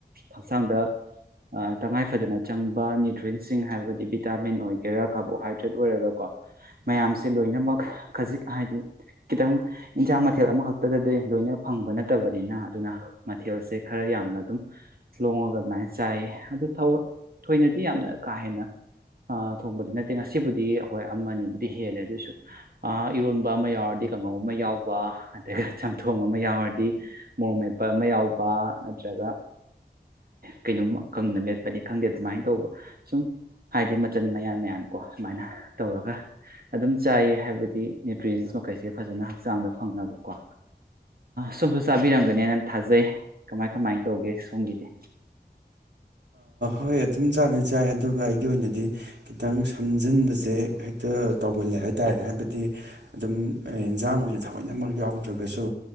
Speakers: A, on the right; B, on the right.
A: ꯍꯛꯆꯥꯡꯗ ꯇꯉꯥꯏꯐꯗꯅ ꯆꯪꯕ ꯅ꯭ꯌꯨꯇ꯭ꯔꯤꯟꯁꯤꯡ ꯍꯥꯏꯕꯗꯤ ꯚꯤꯇꯥꯃꯤꯟ ꯑꯣꯏꯒꯦꯔꯥ ꯀꯥꯔꯕꯣꯍꯥꯏꯗ꯭ꯔꯦꯠ ꯑꯣꯏꯔꯒꯀꯣ ꯃꯌꯥꯝꯁꯦ ꯂꯣꯏꯅꯃꯛ ꯈꯖꯤꯛ ꯍꯥꯏꯗꯤ ꯈꯤꯇꯪ ꯏꯟꯁꯥꯡ ꯃꯊꯦꯜ ꯑꯃꯈꯛꯇꯗꯗꯤ ꯂꯣꯏꯅ ꯐꯪꯕ ꯅꯠꯇꯕꯅꯤꯅ ꯑꯗꯨꯅ ꯃꯊꯦꯜꯁꯦ ꯈꯔ ꯌꯥꯝꯅ ꯑꯗꯨꯝ ꯂꯣꯡꯉꯒ ꯑꯗꯨꯃꯥꯏꯅ ꯆꯥꯏꯌꯦ ꯑꯗꯨ ꯊꯣꯏꯅꯗꯤ ꯌꯥꯝꯅ ꯀꯥ ꯍꯦꯟꯅ ꯊꯣꯡꯕꯗꯤ ꯅꯠꯇꯦ ꯉꯁꯤꯕꯨꯗꯤ ꯑꯩꯈꯣꯏ ꯑꯃ ꯑꯅꯤꯕꯨꯗꯤ ꯍꯦꯜꯂꯦ ꯑꯗꯨꯑꯣꯏꯁꯨ ꯏꯔꯣꯟꯕ ꯑꯃ ꯌꯥꯎꯔꯗꯤ ꯀꯥꯡꯉꯧ ꯑꯃ ꯌꯥꯎꯕ ꯑꯗꯨꯒꯗꯒꯤ ꯆꯝꯊꯣꯡ ꯑꯃ ꯌꯥꯎꯔꯗꯤ ꯃꯣꯔꯣꯛ ꯃꯦꯠꯄ ꯑꯃ ꯌꯥꯎꯕ ꯅꯠꯇ꯭ꯔꯒ ꯀꯩꯅꯣꯝꯃ ꯀꯪꯅ ꯃꯦꯠꯄꯅꯤ ꯈꯪꯗꯦ ꯑꯗꯨꯃꯥꯏꯅ ꯇꯧꯕ ꯁꯨꯝ ꯍꯥꯏꯗꯤ ꯃꯆꯟ ꯃꯌꯥꯝ ꯃꯌꯥꯝꯀꯣ ꯑꯗꯨꯃꯥꯏꯅ ꯇꯧꯔꯒ ꯑꯗꯨꯝ ꯆꯥꯏꯌꯦ ꯍꯥꯏꯕꯗꯤ ꯅ꯭ꯌꯨꯇ꯭ꯔꯤꯌꯦꯟꯁ ꯃꯈꯩꯁꯦ ꯐꯖꯅ ꯍꯛꯆꯥꯡꯗ ꯐꯪꯅꯕꯀꯣ ꯁꯣꯝꯁꯨ ꯆꯥꯕꯤꯔꯝꯒꯅꯦꯅꯪ ꯊꯥꯖꯩ ꯀꯃꯥꯏ ꯀꯃꯥꯏꯅ ꯇꯧꯒꯦ ꯁꯣꯝꯒꯤꯗꯤ
B: ꯍꯣꯏ ꯑꯗꯨꯝ ꯆꯥꯗꯤ ꯆꯥꯏ ꯑꯗꯨꯒ ꯑꯩꯒꯤ ꯑꯣꯏꯅꯗꯤ ꯈꯤꯇꯪ ꯁꯝꯖꯤꯟꯕꯁꯦ ꯍꯦꯛꯇ ꯇꯧꯒꯜꯂꯦ ꯍꯥꯏ ꯇꯥꯔꯦ ꯍꯥꯏꯕꯗꯤ ꯑꯗꯨꯝ ꯏꯟꯖꯥꯡ ꯑꯣꯏꯅ ꯊꯑꯣꯏꯅꯃꯛ ꯌꯥꯎꯗ꯭ꯔꯒꯁꯨ